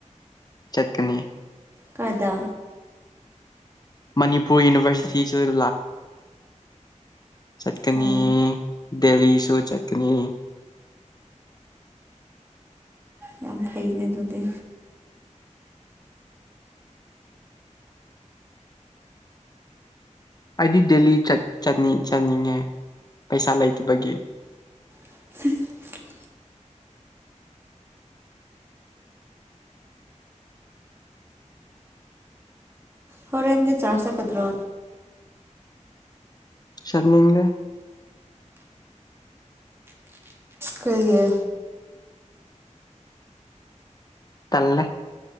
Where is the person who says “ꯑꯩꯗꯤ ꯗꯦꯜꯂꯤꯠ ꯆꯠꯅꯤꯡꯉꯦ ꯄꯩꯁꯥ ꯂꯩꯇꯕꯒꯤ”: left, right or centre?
Left